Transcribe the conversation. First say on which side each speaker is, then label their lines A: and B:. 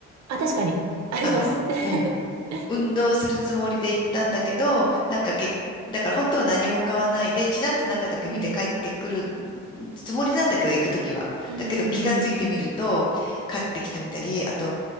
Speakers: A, on the right (about 60°); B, on the left (about 15°).
A: あ、確かに。あります。
B: あの、
A: <laughs>
B: うん。運動するつもりで行ったんだけど、なんかけ、だから本当は何も買わないで、ちらっと中だけ見て帰ってくる
A: うん。
B: つもりなんだけど、行くときは。
A: うんうんうん。
B: だけど気がついてみると、買ってきてみたり、あと、